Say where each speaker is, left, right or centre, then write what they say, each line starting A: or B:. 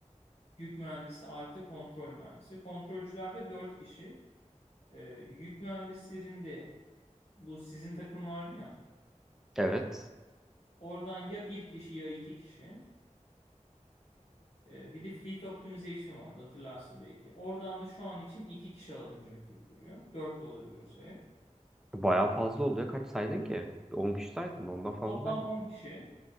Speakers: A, on the left; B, in the centre.
A: yük mühendisi artı kontrol mühendisi. Kontrolcülerde 4 kişi. Ee, yük mühendislerinde bu sizin takım vardı ya
B: Evet.
A: oradan ya bir kişi ya iki kişi. Ee, bir de fleet optimization vardı hatırlarsın belki. Oradan da şu an için iki kişi alınacak gibi duruyor. dört de olabilir o sayı.
B: Bayağı fazla oldu ya. Kaç saydın ki? 10 kişi saydın. Ondan fazla
A: Toplam
B: saydın.
A: 10 kişi